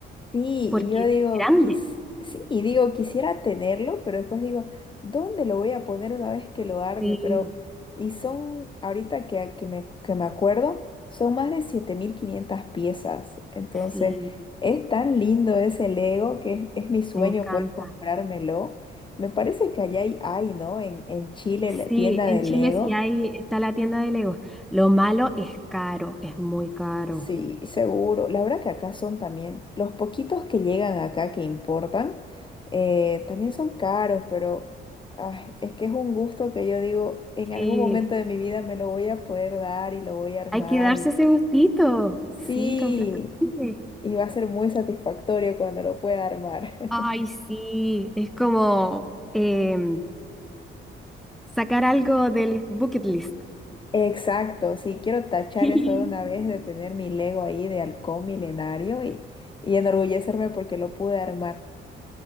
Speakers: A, on the left; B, in the centre.
A: Sí,
B: porque
A: y yo
B: es
A: digo,
B: grande.
A: quis- sí, y digo, quisiera tenerlo, pero después digo, ¿dónde lo voy a poner una vez que lo arme?
B: Sí,
A: Pero, y son, ahorita que, que me, que me acuerdo, son más de 7.500 piezas. Entonces,
B: sí,
A: es tan lindo ese Lego que es, es mi sueño
B: me encanta.
A: poder comprármelo. Me parece que allá hay, hay, ¿no? En, en Chile, la
B: Sí,
A: tienda
B: en
A: de
B: Chile
A: Lego.
B: sí hay, está la tienda de Legos. Lo malo es caro, es muy caro.
A: Sí, seguro. La verdad que acá son también, los poquitos que llegan acá que importan, eh, también son caros, pero ay, es que es un gusto que yo digo, en algún
B: Sí,
A: momento de mi vida me lo voy a poder dar y lo voy a armar
B: hay que darse
A: y
B: ese gustito.
A: sí,
B: Sí, completamente.
A: y va a ser muy satisfactorio cuando lo pueda armar. <laughs>
B: Ay, sí, es como em, sacar algo del bucket list.
A: Exacto, sí, quiero tachar
B: <laughs>
A: eso de una vez de tener mi Lego ahí de halcón milenario y, y enorgullecerme porque lo pude armar.